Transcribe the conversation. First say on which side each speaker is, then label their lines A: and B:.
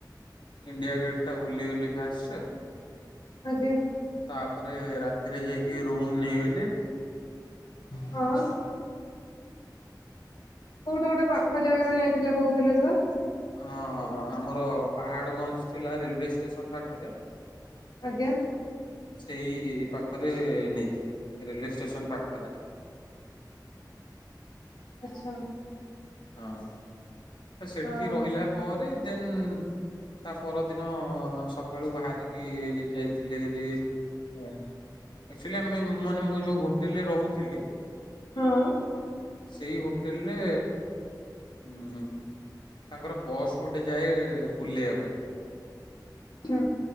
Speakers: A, on the left; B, on the left.
A: ଇଣ୍ଡିଆ ଗେଟ୍ ଟା ବୁଲି ଗଲି ଫାଷ୍ଟ।
B: ଆଜ୍ଞା
A: ତାପରେ ରାତିରେ ଯାଇକି ରୁମ ନେଇଗଲି।
B: ହଁ। କୋଉଠି ଗୋଟେ ପାଖ ଜାଗାରେ ନେଇଥିଲେ କହୁଥିଲେ ପା।
A: ହଁ ଆମର ପାହାଡ ଗଞ୍ଜ ଥିଲା ରେଲୱେ ଷ୍ଟେସନ ପାଖରେ।
B: ଆଜ୍ଞା।
A: ସେଇ ପାଖରେ ନେଇଥିଲି ରେଲୱେ ଷ୍ଟେସନ ପାଖରେ।
B: ଆଚ୍ଛା।
A: ହଁ ହଁ ତ ସେଠି
B: ହଁ।
A: ରହିଲା ପରେ ଦେନ୍ ତା ପରଦିନ ସକାଳୁ ବାହାରିକି ଯାଇଥିଲି ରେ ଆକ୍ଚୁଲି ମାନେ ମୁଁ ଯୋଉ ହୋଟେଲରେ ରହୁଥିଲି
B: ହଁ।
A: ସେଇ ହୋଟେଲ୍ ରେ ହୁଁ ତାଙ୍କର ବସ୍ ଗୋଟେ ଯାଏ ବୁଲେଇବା ପାଇଁ।
B: ହୁଁ